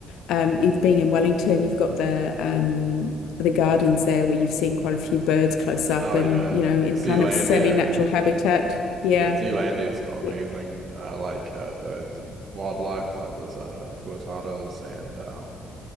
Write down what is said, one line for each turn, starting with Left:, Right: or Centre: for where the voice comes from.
Left: Um, you've been in Wellington. You've got the um, the gardens there where you've seen quite a few birds close up,
Right: Oh
Left: and
Right: yeah.
Left: you know, in
Right: Zealandia.
Left: kind of semi-natural habitat. Yeah,
Right: Yeah, Zealandia's got amazing
Left: yeah,
Right: uh, like uh, birds and wildlife. Like there's uh tuatara and um